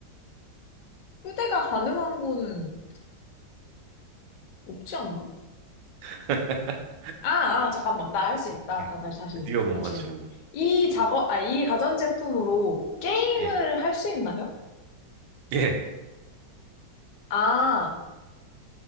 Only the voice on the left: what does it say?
후대가 가능한 거는 없지 않나?
아, 아, 잠깐만. 나 할 수 있다.
다, 다시, 다시.
나
질문. 이 작업,
아, 이 가전제품으로 게임을
할 수 있나요?
아,